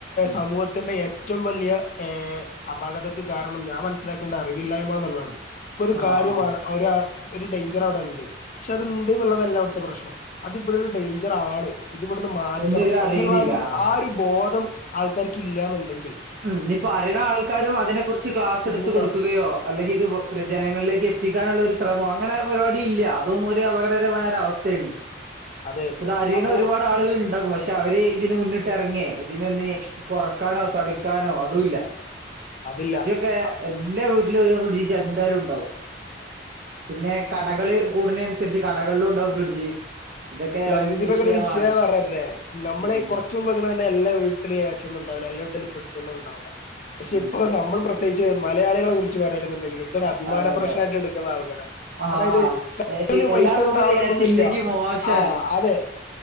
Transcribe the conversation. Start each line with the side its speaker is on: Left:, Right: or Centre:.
Right: ഉം
Left: സമൂഹത്തിന്റെ ഏറ്റവും വലിയ ഏഹ് അപാകതക്ക് കാരണം ഞാൻ മനസ്സിലാക്കണ്ട അറിവില്ലായ്മ എന്നുള്ളതാണ് ഒരു
Right: ആഹ്
Left: കാര്യം
Right: ആഹ്
Left: ആ ഒരാൾ ഒരു ഡേഞ്ചറവടെണ്ട് പക്ഷേ അത്ണ്ട്ന്ന് ഉള്ളതല്ല അവ്ട്ത്തെ പ്രശ്നം അത് ഇപ്പോയും ഒരു ഡേഞ്ചറാണ് ഇത് ഇവിടുന്ന് മാറ്റണം
Right: എന്ന് ഇവരറിയുന്നില്ല
Left: എന്നുള്ളാ ആ ഒരു
Right: ആഹ്
Left: ആ ഒരു ബോധം ആൾക്കാർക്കില്ലാന്നുണ്ടെങ്കിൽ
Right: ഉം ഇനി ഇപ്പൊ അറിയ്ണാൾക്കാരും അതിനെ കുറിച്ച് ക്ലാസെടുത്ത്
Left: ബുദ്ധിമുട്ടാണ്
Right: കൊടുക്കുകയോ അല്ലെങ്കിത് ജനങ്ങളിലേക്കെത്തിക്കാനുള്ളൊരു ശ്രമോ അങ്ങനൊരു പരിപാടില്ല അതും ഒരു അപകടകരമായൊരവസ്ഥേണ്
Left: അതെ
Right: ഇപ്പതറീണൊരുപാടാ
Left: അപ്പൊ
Right: ആളുകള്ണ്ടകും പക്ഷേ അവര് ഇതിന് മുന്നിട്ടെറങ്ങേ ഇതിനൊന്ന് കൊറക്കാനോ തടുക്കാനോ അതുംല്ല
Left: അതില്ല
Right: ഫ്രർഡ്ജൊക്കെ
Left: അപ്പ
Right: എല്ലാ വീട്ടിലും ഒരു ഫ്രിഡ്ജീച്ചെന്തായ്ലുണ്ടാവും പിന്നെ കടകള് കൂട്നേന് അനുസരിച്ച് കടകളിലുണ്ടാവും ഫ്രിഡ്ജ് ഇതൊക്കെ
Left: അല്ല
Right: വൻ
Left: ഇതിന്റൊക്കൊരു
Right: വിഷയമാണ്
Left: വിഷയം ഞാൻ പറഞ്ഞു തരട്ടെ നമ്മള്
Right: ഉം
Left: കൊർച്ചുമ്പ്ങ്ങനെ എല്ല വീട്ടിലും എ സി ഒന്നുണ്ടാവുല്ല എല്ലാ വീട്ടിലും ഫ്രിഡ്ജൊന്നുണ്ടാവുല്ല പക്ഷെ
Right: ഉം
Left: ഇപ്പൊ നമ്മള് പ്രത്യേച്ച് മലയാളി കളെ കുറിച്ച് പറയാണ്ന്ന്ണ്ടെങ്കി ഇതൊരഭിമാന
Right: അതെ അതെ
Left: പ്രശ്നായ്ട്ട്ട്ക്ക്ന്നാൾക്കാരാ
Right: അതെ ആഹ്
Left: അതായത്
Right: ആഹ്
Left: കയ്യ്ല്
Right: എ സി എല്ലാ
Left: പൈസ
Right: റൂമിലും
Left: ണ്ടാവണന്നൊന്നുല്ല
Right: എ സി ഇല്ലെങ്കി മോശാണ്
Left: ആഹ് അതെ